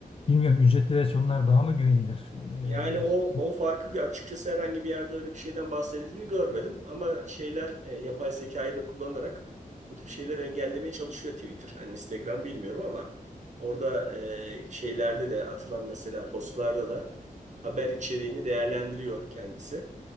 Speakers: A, on the left; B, on the right.
A: bilmiyorum ücretli versiyonlar daha mı güvenilir?
B: Yani o
A: E,
B: o farkı açıkçası herhangi bir yerde öyle bir şeyden bahsedildiğini görmedim. Ama şeyler e, yapay zekayı da kullanarak bu tip şeyleri engellemeye çalışıyor Twitter. Hani Instagram bilmiyorum ama orada e, şeylerde de atılan mesela postlarda da haber içeriğini değerlendiriyor kendisi.